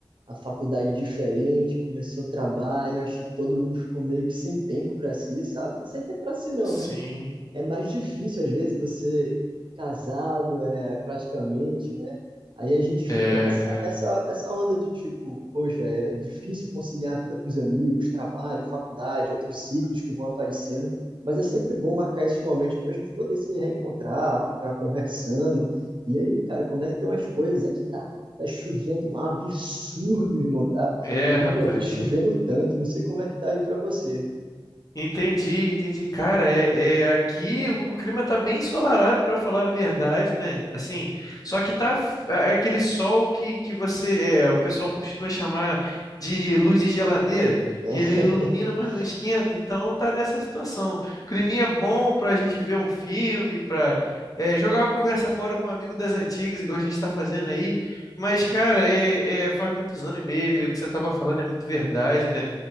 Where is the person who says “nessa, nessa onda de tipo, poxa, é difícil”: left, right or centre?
Right